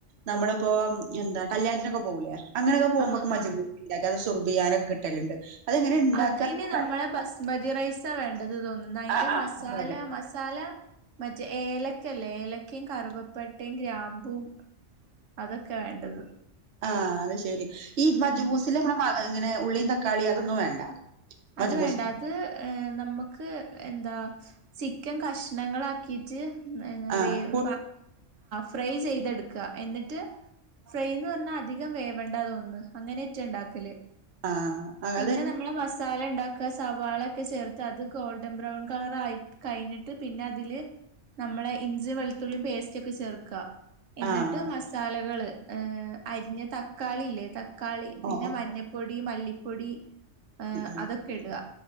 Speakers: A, on the right; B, on the right.
A: നമ്മളിപ്പോ എന്താ കല്യാണത്തിനൊക്കെ പോകൂലേ അങ്ങനെയൊക്കെ പോക്പൊക്കെ
B: ആഹ്
A: മജ്ബൂസുക്കെണ്ടാക്ക
B: ആഹ്
A: സുർബിയാനൊക്കെ കിട്ടലുണ്ട് അങ്ങനെ ഉണ്ടാക്കന്നറിയില്ല
B: അതിന് നമ്മളെ ബസ്മതി റൈസാണ് വേണ്ടത് തോന്നുന്നത് അതിൻന്റെ
A: ആഹ് ആഹ്
B: മസാല
A: അതെ അതെ
B: മസാല മറ്റേ ഏലക്കല്ലേ ഏലക്കയും കറുുവപ്പെട്ടയും ഗ്രാമ്പു അതൊക്കെ വേണ്ടത്
A: ആഹ് അത് ശെരി ഈ മജ്ബൂസില്
B: ഉം
A: നമ്മെ മ ഇങ്ങനെ ഉള്ളിയും തക്കാളി അതൊന്നും വേണ്ട മജ്ബൂസ്
B: അത് വേണ്ട അത് ഏ നമുക്ക് എന്താ ചിക്കൻ കഷ്ണങ്ങളാക്കി ട്ട് എഹ്
A: ആഹ്
B: വേവ്
A: കു
B: ഫ്രൈ ചെയ്തെടുക്ക റ്റ് ഫ്രൈയ്ന്ന് പറഞ്ഞാൽ അധികം വേ വേണ്ട അങ്ങനെയൊറ്റ ഉണ്ടാക്കല്
A: ആഹ്
B: പിന്നെ
A: അത്
B: നമ്മളെ ഫസ്റ്റ് സാല ഉണ്ടാക്ക സവാള ഒക്കെ ചേർത്ത് അത് ഗോൾഡൻ ബ്രൗൺ കളർ ആയി കഴിഞ്ഞിട്ട് പിന്നെ അതില് നമ്മളെ ഇഞ്ചി വെളുത്തുള്ളി പേസ്റ്റ് ഒക്കെ ചേർക്കുക എന്നിട്ട്
A: ആഹ്
B: മസാലകള് അരിഞ്ഞ തക്കാളി ഇല്ലേ തക്കാളി പിന്നെ
A: ഓഹ് ഓഹ്
B: മഞ്ഞ പൊടി മല്ലിപ്പൊടി
A: <unintelligible>
B: ഏഹ് അതൊക്കെ ഇടുക